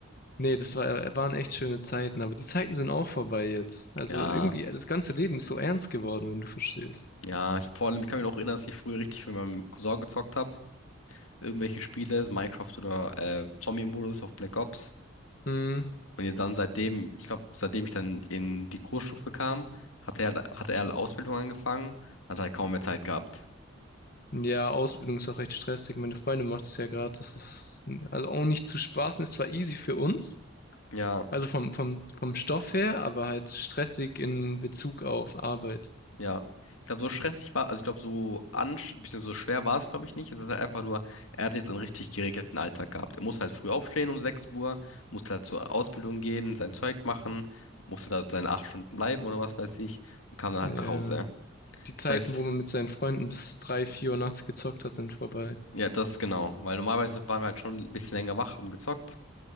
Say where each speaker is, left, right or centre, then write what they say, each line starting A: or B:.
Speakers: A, on the left; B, on the left.
A: Nee, das war, äh, waren echt schöne Zeiten, aber die Zeiten sind auch vorbei jetzt. Also
B: Ja,
A: irgendwie, äh, das ganze Leben ist so ernst geworden, wenn du verstehst.
B: ja, ich vor allem, ich kann mich auch erinnern, dass ich früher richtig mit meinem Cousin gezockt habe. Irgendwelche Spiele, Minecraft oder äh, Zombie-Modus auf Black Ops.
A: Hm.
B: Und jetzt dann seitdem, ich glaube, seitdem ich dann in die Kursstufe kam, hat er, hat er halt Ausbildung angefangen, hat halt kaum mehr Zeit gehabt.
A: Ja, Ausbildung ist auch echt stressig. Meine Freundin macht es ja gerade, das ist also auch nicht zu spaßen, ist zwar easy für uns,
B: Ja.
A: also vom, vom, vom Stoff her, aber halt stressig in Bezug auf Arbeit.
B: Ja, ich glaube, so stressig war, also ich glaube, so ansch, bisschen so schwer war es, glaube ich, nicht. Es ist halt einfach nur, er hat jetzt einen richtig geregelten Alltag gehabt. Er muss halt früh aufstehen um 6 Uhr, muss halt zur Ausbildung gehen, sein Zeug machen, musste da seine acht Stunden bleiben oder was weiß ich und kam dann
A: Ja.
B: halt nach Hause.
A: Die Zeiten,
B: Das heißt,
A: wo man mit seinen Freunden bis drei, vier Uhr nachts gezockt hat, sind vorbei.
B: ja, das genau, weil normalerweise waren wir halt schon ein bisschen länger wach, haben gezockt